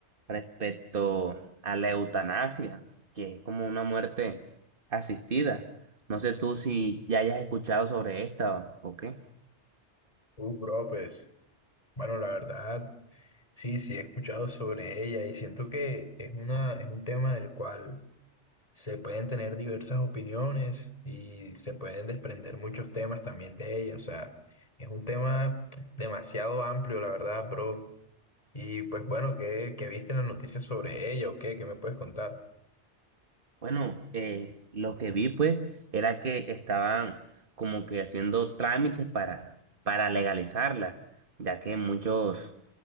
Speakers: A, on the right; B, on the left.
A: respecto a la eutanasia, que es como una muerte asistida. No sé tú si ya hayas escuchado sobre esta o, o qué.
B: Uh, bro, pues, bueno, la verdad, sí, sí, he escuchado sobre ella y siento que es una, es un tema del cual se pueden tener diversas opiniones y se pueden desprender muchos temas también de ella. O sea, es un tema demasiado amplio, la verdad, bro. Y pues bueno, ¿qué, qué viste en las noticias sobre ella o qué? ¿Qué me puedes contar?
A: Bueno, eh, lo que vi pues era que estaban como que haciendo trámites para, para legalizarla, ya que muchos